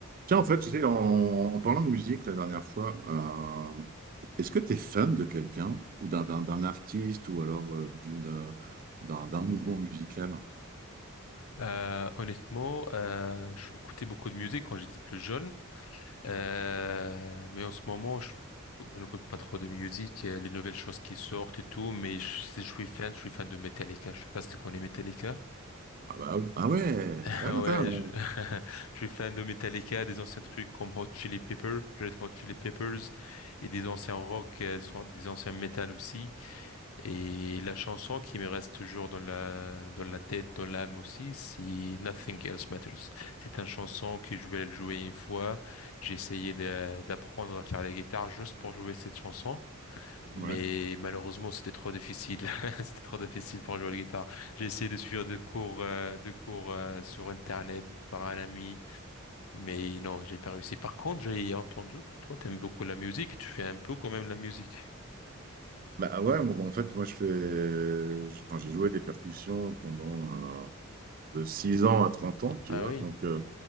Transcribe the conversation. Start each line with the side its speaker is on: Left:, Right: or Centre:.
Right: Tiens, en fait, tu sais, en, en parlant de musique la dernière fois, euh, est-ce que tu es fan de quelqu'un ou d'un d'un- d'un artiste ou alors euh, d'une, euh, d'un d'un mouvement musical?
Left: Euh, honnêtement, euh, j'écoutais beaucoup de musique quand j'étais plus jeune, Euh, mais en ce moment, je, je n'écoute pas trop de musique, euh, les nouvelles choses qui sortent et tout, mais je- si je suis fan, je suis fan de Metallica. Je sais pas si tu connais Metallica.
Right: Ah bah oui. Ah ouais.
Left: <laughs>
Right: Ah, attends.
Left: Ouais, je, <laughs> je suis fan de Metallica, des anciens trucs comme Hot Chili Peppers, Red Hot Chili Peppers, et des anciens rock, euh, sont- des anciens metal aussi. Et la chanson qui me reste toujours dans la, dans la tête, dans l'âme aussi, c'est Nothing Else Matters. C'est une chanson que je voulais le jouer une fois. J'ai essayé de- d'apprendre à faire la guitare juste pour jouer cette chanson. Mais
Right: Ouais.
Left: malheureusement, c'était trop difficile. <laughs> C'était trop difficile pour jouer la guitare. J'ai essayé de suivre des cours, euh, des cours, euh, sur Internet par un ami. Mais non, j'ai pas réussi. Par contre, j'ai entendu que toi, t'aimes beaucoup la musique. Tu fais un peu quand même la musique.
Right: Bah ouais, bon, bah, en fait, moi je fais, je- quand j'ai joué des percussions pendant euh, de 6 ans à 30 ans, tu
Left: Ah
Right: vois.
Left: oui.
Right: Donc, euh,